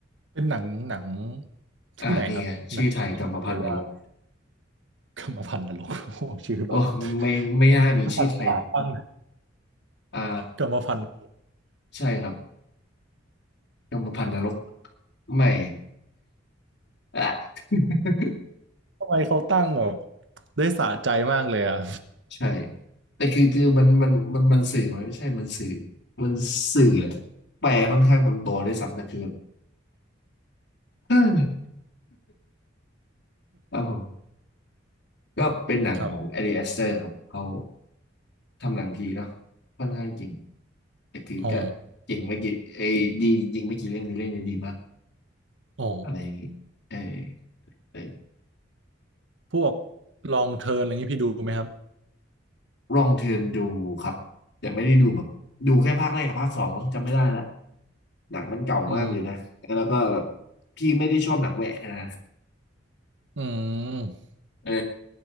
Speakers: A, on the right; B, on the left.
A: เป็นหนังหนัง
B: ๆอ่านี่ไงชื่อไทยกรรมพันธุ์นรก
A: ที่ไหนครับหนังหรือว่ากรรมพันธุ์นรก <laughs> โอ้โหชื่อแบบ
B: โอ้ไม่ไม่น่ามีชื่อไทยเลย
A: เป็นสัตว์ขาตั้ง
B: อ่า
A: กรรมพันธุ์
B: ใช่ครับ กรรมพันธุ์นรกไม่อ่ะ <laughs>
A: ทำไมเขาตั้งแบบได้สะใจมากเลยอ่ะ
B: ใช่แต่คือคือมันมันมันมันสื่อไหมไม่ใช่มันสื่อมันสื่อแหละแปลค่อนข้างตรงตัวด้วยซ้ำแต่คือแบบ <sighs> เออครับผมก็เป็นหนังของแอริอสเตอร์ครับเขา
A: <laughs> ครับ
B: ทำหนังดีเนาะค่อนข้างจริงแต่คือก็เจริงไม่กี่เอยดีจริงไม่กี่เรื่องมีเรื่องเนี้ดีมาก
A: อ๋ออ๋อ
B: อะไรอย่างงี้เออเออ
A: พวกลองเทิร์นอะไรงี้พี่ดูไหมครับ
B: ลองเทิร์นดูครับแต่ไม่ได้ดูแบบดูแค่ภาคแรกกับภาคสองมั้งจำไม่ได้ละหนังมันเก่ามากเลยนะแล้วก็แบบ
A: อืม
B: พี่ไม่ได้ชอบหนังแหวกขนาดนะ
A: อืม
B: เออ